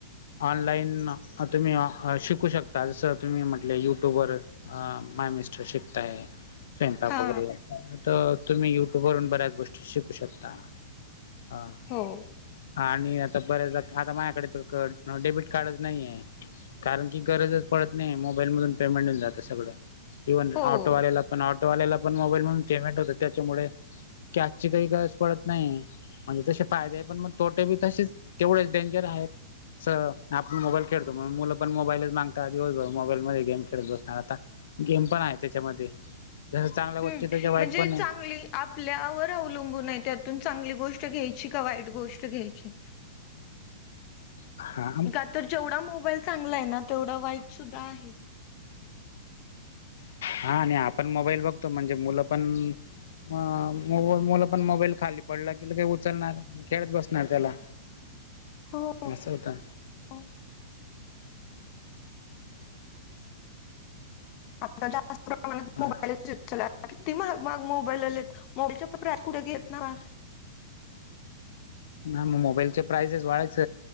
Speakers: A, on the left (about 65°); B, on the left (about 30°).
A: ऑनलाईन तुम्ही शिकू शकता, जसं तुम्ही म्हटले युट्यूबवर. हा माय मिस्टर शिकताय स्वयंपाक
B: हा
A: वगैरे. तर तुम्ही युट्यूब वरून बऱ्याच गोष्टी शिकू शकता. हां..
B: हो.
A: आणि आता बरेच आता, माझ्याकडे डेबिट कार्डच नाही ये. कारण की गरजच पडत नाही, मोबाईल मधून पेमेंट जातं सगळं. दोन
B: हो.
A: ऑटोवालेला पण, ऑटोवाल्याला पण मोबाईल म्हणून पेमेंट होत तेच्यामुळे. की आजची काही गरज पडत नाही, म्हणजे तसे फायदे आहे पण मग तोटे बी तसेच तेवढेच. डेंजर आहेत. सर्व आपण मोबाईल खेळतो म्हणून मुलं पण, मोबाईलच मागता दिवसभर मोबाईल मध्ये गेम खेळत बसणार आता. गेम पण आहे तेच्यामध्ये, जस चांगल्या गोष्टी
B: हम्म
A: तसा वाईट
B: म्हणजे
A: पण आहे.
B: चांगली आपल्यावर अवलंबून आहे त्यातून चांगली गोष्ट घ्यायची, का वाईट गोष्ट घ्यायची.
A: हा
B: का तर जेवढा मोबाईल चांगला आहे ना, तेवढा वाईट सुद्धा आहे.
A: हां. आणि आपण मोबाईल बघतो. म्हणजे मुलं पण, मग मो मुला पण मोबाईल खाली पडला की लगेच उचलणार. खेळत बसणार त्याला,
B: हो.
A: असं होतं.
B: <unintelligible> आता जास्त प्रमाणात
A: हा
B: मोबाईल. किती महाग मग मोबाईल आलेत, मोबाईलच्या पण प्रा कुठे घेत ना.
A: नाही मग मोबाईलचे प्राईस वाढयच,